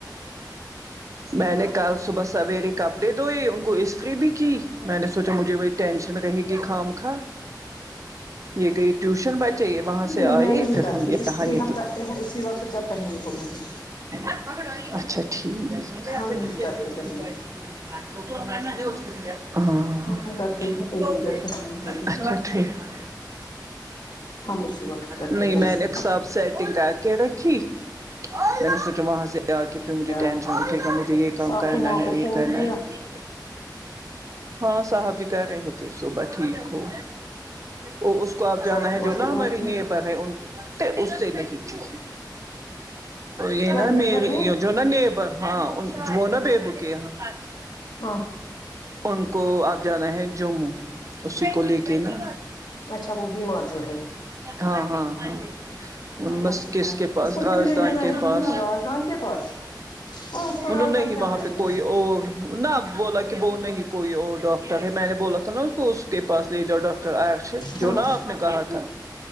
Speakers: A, on the right (about 45°); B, on the left (about 70°).
A: میں نے کل صبح سویرے کپڑے دھوئے ان کو استری بھی کی میں نے سوچا مجھے وہ ٹینشن رہی گئی خو م خواہ یہ گئی ٹیوشن بچے یہ وہاں
B: میں
A: سے آئے
B: نہیں
A: پھر
B: کرتی
A: ہم یہاں
B: استری
A: نکلے
B: ہم کرتے ہیں اسی وقت جب پہنگے ہوئے ہیں
A: اچھا ٹھیک
B: ہم نہیں کرتے پہلے
A: <unintelligible> ہاں اچھاچ
B: ہم کرتے ہیں تبھی جب پہننے
A: ھیک
B: ہوتے ہیں ہم اسی وقت کرتے
A: نہیں
B: ہیں
A: میں
B: استری
A: نے ایک سب سیٹنگ کر کے رھی م سو م سے آ کے پھر
B: اچھا
A: مجھے ٹینشن اٹھے گا مجھے یہ کام
B: ساسو
A: کرنا
B: ماں
A: ہے
B: کو
A: یہ
B: فون
A: کرنا
B: کیا
A: ہے ہاں صاحب جی کر رہے تھے صبح ٹھیک ہو وہ اس کو آپ جانا
B: ساسو
A: ہے
B: ماں
A: جو
B: سے
A: نا ہمارے
B: بات کی
A: لی ہے ان نے اس سے نہیں کی یہ
B: کیا
A: نا
B: نیبر
A: م
B: ہے
A: جو نا نیبر ہاں وہ نا بیےبو کے یہاں
B: ہاں
A: ان کو آپ جانا ہے جموں اسی کو لے کے نا
B: اچھا وہ بیمار جو ہے
A: ہاں ہاں ہاں ان
B: اللہ
A: مس
B: شفات
A: کس کے پاس
B: اس کو
A: راجدان
B: کیوں لے جانا
A: کے
B: ہے جموں
A: پاس
B: رازدان کے پاس اور اس کو
A: انوں
B: رازدان
A: نہیں
B: کیا
A: وہاں
B: کرے
A: پہ
B: گا
A: کوئی اور نہ ا بولا کہ وہ نہیں کوئی اور ڈاکٹر ہے میں نے بولا ت تو نا اس ب کو اس کے پاس ل لی جاؤ ڈاکٹر آیا ہے
B: ہاں
A: جو نا آپ نے کہا تھا